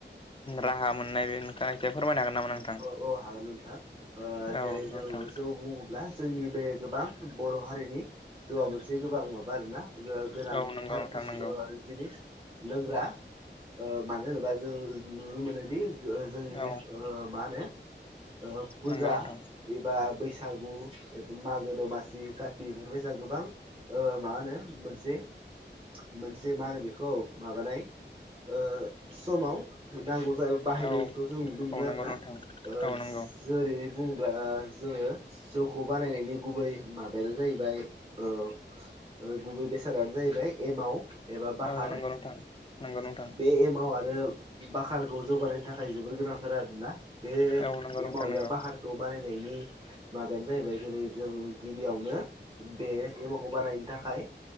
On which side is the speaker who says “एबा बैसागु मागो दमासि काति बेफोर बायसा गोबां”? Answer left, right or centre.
Right